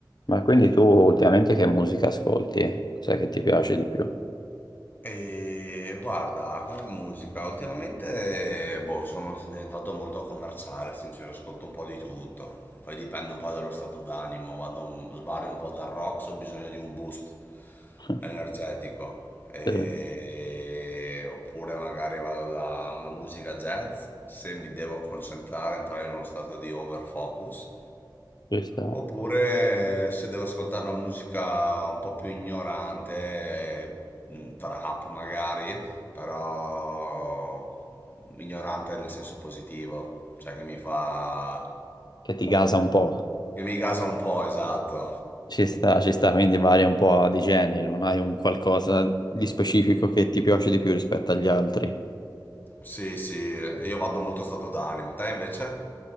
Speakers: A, on the left (about 60°); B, on the left (about 25°).
A: Ma quindi tu ultimamente che musica ascolti? Cos'è che ti piace di più?
B: E guarda, come musica, ultimamente boh, sono diventato molto commerciale, sincero, ascolto un po' di tutto. Poi dipende un po' dallo stato d'animo, vado un- vario un po' dal rock se ho bisogno di un boost
A: <laughs>
B: energetico. E-
A: Sì,
B: Oppure magari vado da una musica jazz se mi devo concentrare, entrare in uno stato di overfocus.
A: Ci sta.
B: Oppure se devo ascoltare una musica un po' più ignorante, eh, trap magari, però ignorante nel senso positivo, cioè che mi fa...
A: Che ti gasa un po'.
B: che mi gasa un po', esatto.
A: Ci sta, ci sta, quindi varia un po' di genere, non hai un qualcosa di specifico che ti piace di più rispetto agli altri.
B: Sì, sì, io vado molto stato d'animo. Te invece?